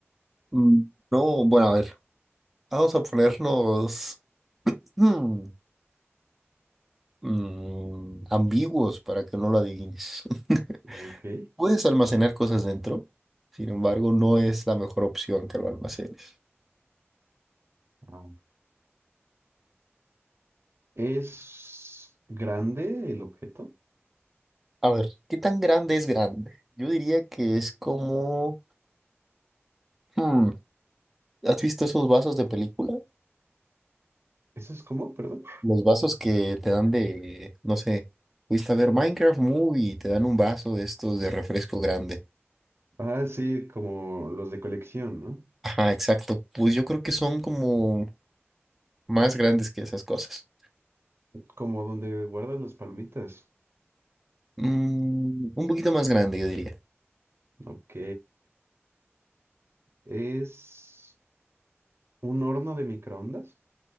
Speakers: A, in the centre; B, on the right.
A: Mm, No, bueno, a ver, vamos a ponernos mm, mm, ambiguos para que no lo adivines. <laughs>
B: Ok.
A: Puedes almacenar cosas dentro, sin embargo, no es la mejor opción que lo almacenes.
B: Ajá. ¿Es grande el objeto?
A: A ver, ¿qué tan grande es grande? Yo diría que es como... hmm, ¿Has visto esos vasos de película?
B: ¿Eso es como, perdón?
A: Los vasos que te dan de, no sé, fuiste a ver Minecraft Movie y te dan un vaso de estos de refresco grande.
B: Ah, sí, como los de colección, ¿no?
A: Ajá, exacto. Pues yo creo que son como más grandes que esas cosas.
B: Como donde guardas las palomitas.
A: Mm, un poquito más grande, yo diría.
B: Ok. ¿Es un horno de microondas?